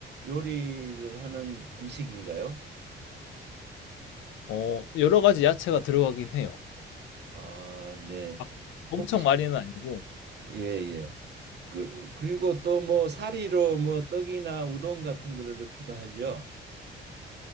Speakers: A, on the right; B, on the left.
A: 요리를 하는 음식인가요?
B: 어, 여러 가지 야채가 들어가긴 해요.
A: 아, 네.
B: 막 엄청
A: 혹시
B: 많이는 아니고
A: 예, 예. 그, 그리고 또 뭐 사리로 뭐 떡이나 우동 같은 거를 넣기도 하죠.